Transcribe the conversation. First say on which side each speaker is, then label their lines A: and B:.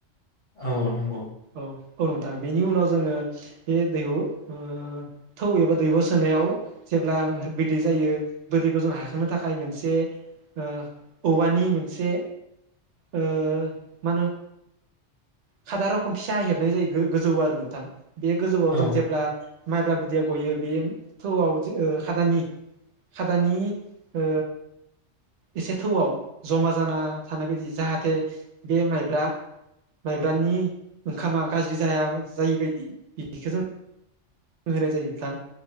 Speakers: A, on the left; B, on the right.
A: औ नंगौ
B: औ औ नोंथां बेनि उनाव जोङो बे दैहु ओ थौ एबा दैहु सोनायाव जेब्ला बिदै जायो बोदैखौ जों हायखांनो थाखाय मोनसे ओ औवानि मोनसे ओ मा होनो खादारावखम फिसा हेबनाय जायो गोजौ आरो नोंथां बे गोजौआव
A: औ
B: जों जेब्ला माइब्रा बिदिया गयो बे थौआव ओ खादानि खादानि ओ एसे थौआव जमा जाना थानाय बदि जाहाथे बे माइब्रा माइब्रानि ओंखामा गाज्रि जाया जायि बायदि बेखौ जों होनाय जायो नोंथां